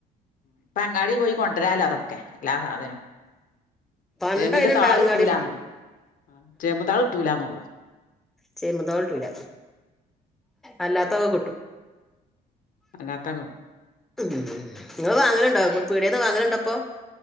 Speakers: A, on the left; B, in the centre.
A: ഇപ്പൊ അങ്ങാടി പോയി കൊണ്ടരാലോ അതൊക്കെ എല്ലാ സാധനവും
B: പണ്ട്
A: ചേമ്പിന്റെ
B: അതിനുണ്ട്
A: താൾ
B: അങ്ങാടി
A: കിട്ടൂലന്നള്ളൂ ചേമ്പിൻ താൾ കിട്ടൂലന്നള്ളു
B: ചേമ്പിൻ താൾകിട്ടൂല അല്ലാത്തക്കെ കിട്ടും
A: അല്ലാത്ത കിട്ടും
B: ഉം നിങ്ങള് വാങ്ങലുണ്ടോ പീടെന്ന് വാങ്ങലു ണ്ടോപ്പൊ